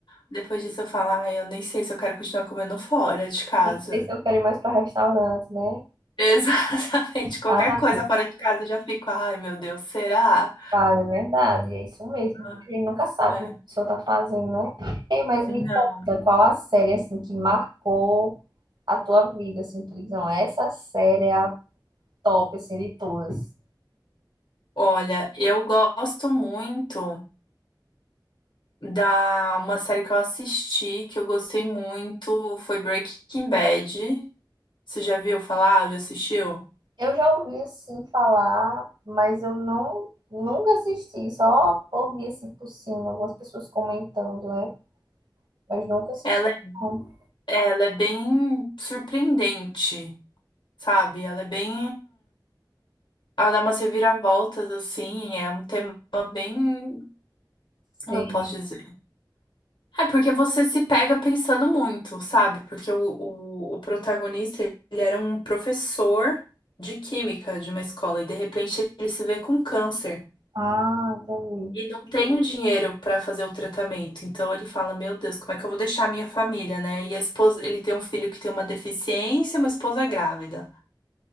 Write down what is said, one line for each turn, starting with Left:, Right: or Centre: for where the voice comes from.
Left: depois disso eu falo, ai, eu nem sei se eu quero continuar comendo fora de casa.
Right: Nem sei se eu quero ir mais para restaurante, né?
Left: <laughs> Exatamente, qualquer
Right: Ah,
Left: coisa fora de casa eu já fico, ai meu Deus, será?
Right: Vale, é verdade, é isso mesmo.
Left: Ah,
Right: A gente nunca sabe
Left: é.
Right: como a pessoa tá fazendo, né? Ei, mas
Left: Não.
Right: me conta, qual a série, assim, que marcou a tua vida, assim, tu diz, não, essa série é a top, assim, de todas.
Left: Olha, eu gosto muito da uma série que eu assisti, que eu gostei muito, foi Breaking Bad. Você já viu falar? Já assistiu?
Right: Eu já ouvi, assim, falar, mas eu não, nunca assisti, só ouvi, assim, por cima, algumas pessoas comentando, né? Mas nunca assisti,
Left: Ela,
Right: não.
Left: é, ela é bem surpreendente, sabe? Ela é bem. Ela dá umas reviravoltas, assim, é um tema bem.
Right: Sei.
Left: Como eu posso dizer? É porque você se pega pensando muito, sabe? Porque o, o, o protagonista, ele era um professor de química de uma escola e de repente ele se vê com câncer
Right: Ah, entendi.
Left: e não tem o dinheiro para fazer o tratamento. Então ele fala: Meu Deus, como é que eu vou deixar a minha família, né? E a esposa, ele tem um filho que tem uma deficiência, e uma esposa grávida.